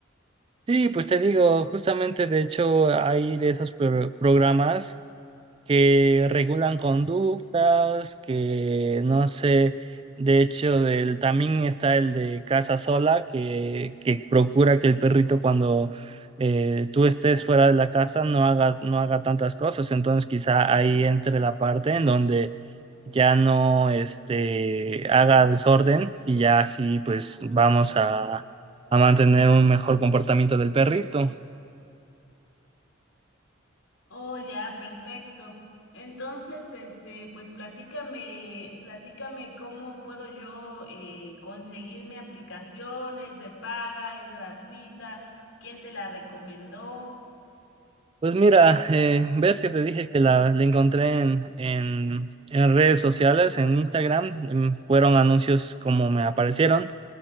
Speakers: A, on the right; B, on the left.
A: Sí, pues te digo, justamente de hecho hay de esos pro- programas que regulan conductas, que no sé, de hecho del, también está el de casa sola, que, que procura que el perrito cuando eh, tú estés fuera de la casa no haga, no haga tantas cosas, entonces quizá ahí entre la parte en donde ya no este, haga desorden y ya así pues vamos a a mantener un mejor comportamiento del perrito.
B: Oh, ya, perfecto. Entonces, este, pues platícame, platícame cómo puedo yo eh, conseguirme aplicaciones de paga, es gratuita, quién te la recomendó.
A: Pues mira, eh, ves que te dije que la, la encontré en, en, en redes sociales, en Instagram, em, fueron anuncios como me aparecieron